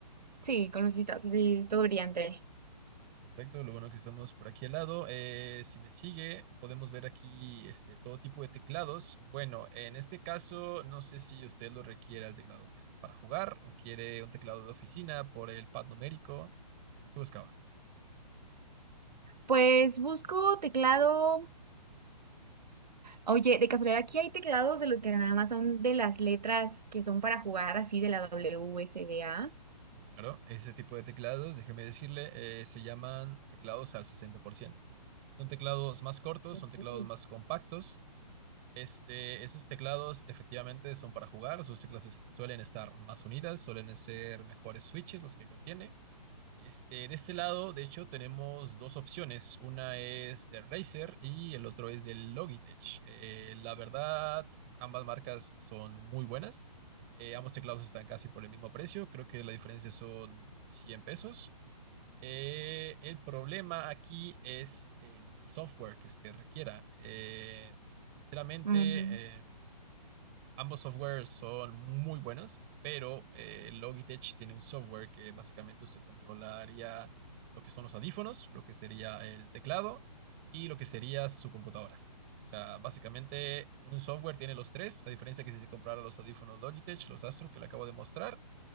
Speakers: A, on the right (about 85°); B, on the right (about 25°).
A: Sí, con lucecitas, así todo brillante.
B: Ok, perfecto. Lo bueno que estamos por aquí al lado. Eh, si me sigue, podemos ver aquí este, todo tipo de teclados. Bueno, en este caso, no sé si usted lo requiere el teclado que es para jugar o quiere un teclado de oficina por el pad numérico. ¿Cómo que buscaba?
A: Pues busco teclado Oye, de casualidad, aquí hay teclados de los que nada más son de las letras que son para jugar así de la W WSDA.
B: Sí, claro. Ese tipo de teclados, déjeme decirle, eh, se llaman teclados al 60%. Son teclados más cortos,
A: Ujú.
B: son teclados más compactos. Este, esos teclados efectivamente son para jugar. Sus teclas es- suelen estar más unidas, suelen ser mejores switches los que contiene. Este, de este lado, de hecho, tenemos dos opciones. Una es de Razer y el otro es de Logitech. Eh, la verdad, ambas marcas son muy buenas. Eh, ambos teclados están casi por el mismo precio. Creo que la diferencia son 100 pesos. Eh, el problema aquí es el software que usted requiera. Eh, sinceramente,
A: Ujú.
B: em, Ambos softwares son muy buenos, pero eh, Logitech tiene un software que básicamente usted controlaría lo que son los audífonos, lo que sería el teclado y lo que sería su computadora. O sea, básicamente un software tiene los tres, a diferencia que si se comprara los audífonos Logitech, los Astro que le acabo de mostrar,